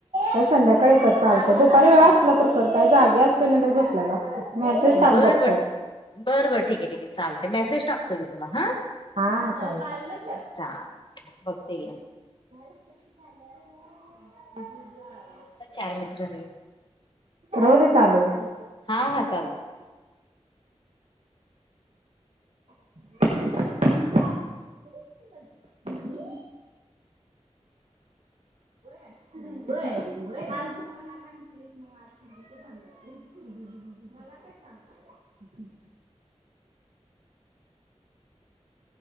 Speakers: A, on the right; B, on the left.
A: हो संध्या कर कर चालतंय. दुपारी वेळ असला तर कर काय जागी असतोय नाही तर झोपल्यालो असतोय. मेसेज टाक
B: बरं
A: बघतो
B: बर बरं बरं ठीक आहे ठीक आहे चालतंय. मेसेज टाकतो की तुला हां.
A: हा हा चालतंय.
B: चालतंय बघते घे.
A: <inaudible>
B: आता चार मिनिटं झाली.
A: रोज हे चालू आहे.
B: हा हा चालतंय.
A: <inaudible>
B: <inaudible>
A: होय होय. काल तु मला घाण केलीस मग आज तुझी ती घाण झालीस. मला काय सांगितल्यास. हम्म.